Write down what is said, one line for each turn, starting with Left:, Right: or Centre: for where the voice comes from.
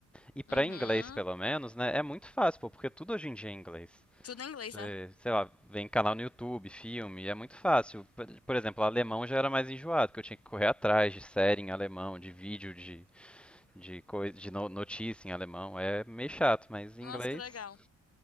Centre: E para
Left: Uhum.
Centre: inglês, pelo menos, né, é muito fácil, pô, porque tudo hoje em dia é inglês.
Left: Tudo em inglês,
Centre: Você,
Left: né?
Centre: sei lá, vem canal no YouTube, filme, é muito fácil. Por por exemplo, alemão já era mais enjoado, que eu tinha que correr atrás de série em alemão, de vídeo, de, de, coisa, de no- notícia em alemão. É meio chato, mas em
Left: Nossa,
Centre: inglês.
Left: que legal.